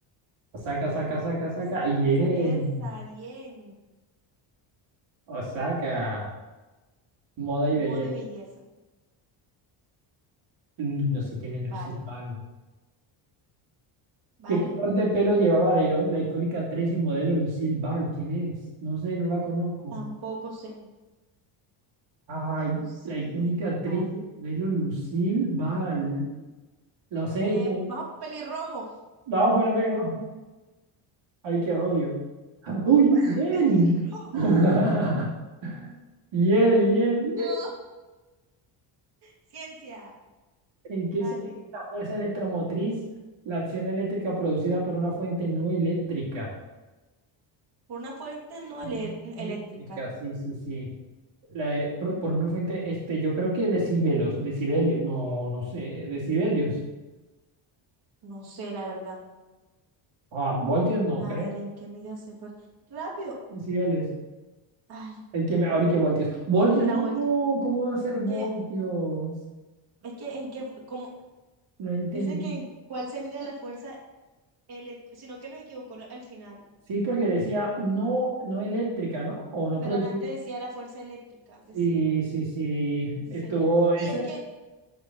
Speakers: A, on the right; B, on the right.
A: Osaka, Osaka, Osaka, Osaka.
B: Osaka,
A: Bien.
B: Osaka, esa, bien.
A: Osaka. Moda y
B: Moda
A: belleza.
B: y belleza,
A: Mm, No sé quién es
B: vale,
A: Lucille Ball.
B: vale.
A: ¿Qué color de pelo llevaba la, iro- la icónica actriz y modelo Lucille Ball? ¿Quién es? No sé, no la conozco.
B: Tampoco sé.
A: Ay,
B: Lucille,
A: la icónica actriz
B: vale.
A: Isabel Lucille va al... No sé,
B: Eh,
A: pon-
B: vamos, pelirrojo.
A: vamos a poner pelirrojo. Ay, qué rubio.
B: A ver,
A: <laughs> Uy,
B: <laughs>
A: bien.
B: pelirrojo.
A: <laughs> Bien, bien, bien.
B: No, ciencia,
A: ¿En qué
B: vale.
A: se la fuerza electromotriz? La acción eléctrica producida por una fuente no eléctrica.
B: Por una fuerte no
A: No
B: ele- eléctrica.
A: Eléctrica, sí, sí, sí. La, eh, pro- por, una fuente, este, yo creo que decibelios, decibelios, no, no sé, decibelios.
B: No sé, la verdad.
A: Ah, voltios no
B: A
A: creo,
B: ver, ¿en qué medida se fue? Rápido.
A: decibelios.
B: Ay,
A: Hay que, ahora hay que voltios. Voltios,
B: era
A: no,
B: voltio.
A: ¿cómo va a ser voltios?
B: Que, es que en qué, fu- como,
A: No entendí.
B: dice que en cuál se mide la fuerza elec- sino que nos equivocó lo- al final.
A: Sí, porque decía no, no eléctrica, ¿no? O no
B: Pero
A: producida.
B: adelante decía la fuerza eléctrica, decía.
A: Sí, sí, sí.
B: Y
A: Estuvo,
B: sí sería. Y
A: ese,
B: es que,